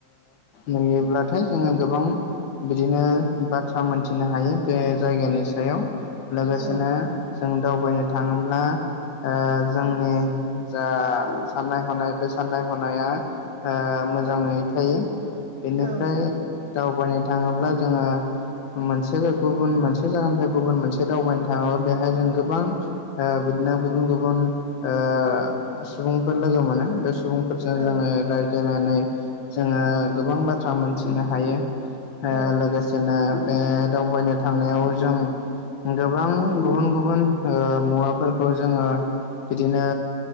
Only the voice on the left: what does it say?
नुयोब्लाथाय जोङो गोबां। बिदिनो बाथ्रा मोनथिनो हायो बे जायगानि सायाव। लोगोसेनो
जों दावबायनो थाङोब्ला। ओ जोंनि जा साननाय-हनाय बे साननाय- हनाया। ओ मोजाङै थायो बेनिफ्राय
दावबायनो थाङोब्ला जोङो। मोनसे गुबुन मोनसे जायगानिफ्राय गुबुन मोनसे दावबायनो थाङोबा बेहाय जों गो। गोबां ओ बिदिनो गुबुन-गुबुन ओ सुबुंफोर लोगो मोनो। सुबुंफोरजों
जोङो रायज्लायनानै जोङो गोबां बाथ्रा मोनथिनो हायो। ओ
लोगोसेनो बे दावबायनो थांनायाव जों। गोबां गुबुन गुबुन मुवाफोरखौ जोङो बिदिनो